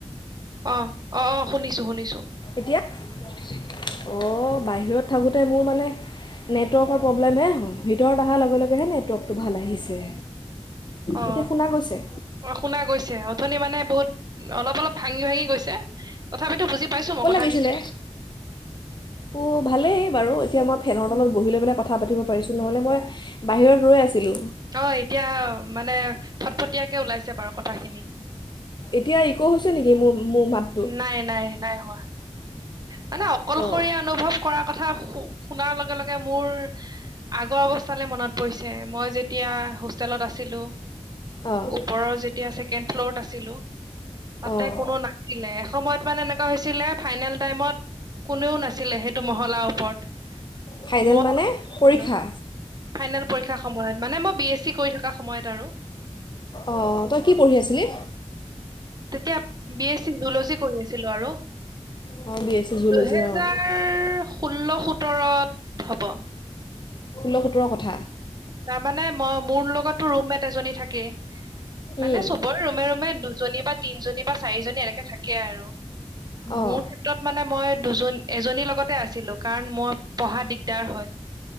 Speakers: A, on the right; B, on the left.
A: অ, অ, অ, অ শুনিছো-শুনিছো।
B: এতিয়া? অহ বাহিৰত। থাকোতে মোৰ মানে নেটৱৰ্কৰ প্ৰব্লেমে হয়, ভিতৰত অহাৰ লগে লগে। এতিয়াহে নেটৱৰ্কটো ভাল আহিছে।
A: অ, অ,
B: এতিয়া শুনা গৈছে
A: অ শুনা গৈছে, অথনি মানে বহুত অলপ-অলপ ভাঙি -ভাঙি গৈছে তথাপিতো বুজি পাইছো মই কথ
B: লিছিলে, অ ভালেই বাৰু। আৰু এতিয়া মই ফেনৰ তলত বহি লৈ পেলাই কথা পাতিব পাৰিছো, নহ'লে মই বাহিৰত ৰৈ আছিলো।
A: অ', এতিয়া মানে ফট ফটীয়াকে ওলাইছে বাৰু কথাখিনি
B: এতিয়া ইক' হৈছে নেকি মোৰ মোৰ মাতটো
A: নাই, নাই, নাই হোৱা মানে অকলশৰীয়া
B: অঁ
A: অনুভৱ কৰাৰ কথা শু শুনাৰ লগে-লগে মোৰ আগৰ অৱস্থালৈ মনত পৰিছে, মই যেতিয়া হোষ্টেলত আছিলো।
B: অঁ
A: ওপৰৰ যেত তেতিয়া ছেকেণ্ড ফ্ল'ৰত আছিলো। তাতে
B: অঁ
A: কোনো না দিলে এসময়ত মানে এনে হৈছিলে ফাইনেল টাইমত, কোনেও নাছিলে সেইটো মহলাৰ ওপৰত
B: ফাইনেল
A: ম
B: মানে
A: আছিলো
B: পৰীক্ষা
A: ফাইনেল পৰীক্ষাৰ সময়ত মানে মই বি এছ কৰি থকা সময়ত আৰু।
B: অ', তই কি পঢ়ি আছিলি?
A: তেতিয়া বি এছ চি জুলজি কৰি আছিলো আৰু
B: অঁ বি এছ চি জুল'জি
A: দুহেজাৰ
B: অঁ
A: ষোল্ল সোতৰত হ'ব।
B: ষোল সোতৰৰ কথা।
A: তাৰমানানে মই মোৰ লগতো ৰুমমেট এজনী থাকেই মানে
B: অঁ
A: চবৰে ৰুমে ৰুমে দুজনী বা তিনজনী চাৰিজনী এনেকে থাকে আৰু
B: অঁ
A: মোৰ ক্ষেত্ৰত মানে মই দুজন এজনীৰ লগতে আছিলো কাৰণ মই পঢ়া দিগদাৰ হয়।